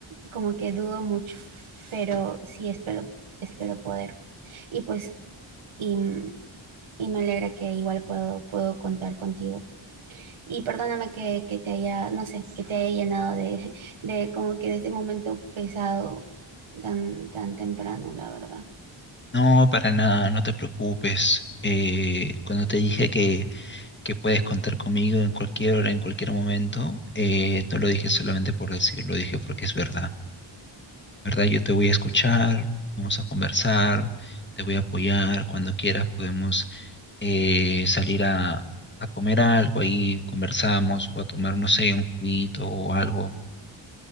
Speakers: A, on the right; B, on the left.
A: como que dudo mucho, pero sí espero, espero poder. Y pues, y, y me alegra que igual puedo, puedo contar contigo. Y perdóname que, que te haya, no sé, que te haya llenado de, <laughs> de como que de ese momento pesado tan, tan temprano, la verdad.
B: No, para nada, no te preocupes. Eh, cuando te dije que, que puedes contar conmigo en cualquier hora, en cualquier momento, eh, no lo dije solamente por decir, lo dije porque es verdad. ¿verdad? Yo te voy a escuchar, vamos a conversar, te voy a apoyar, cuando quieras podemos eh, salir a, a comer algo, ahí conversamos o a tomar, no sé, un juguito o algo,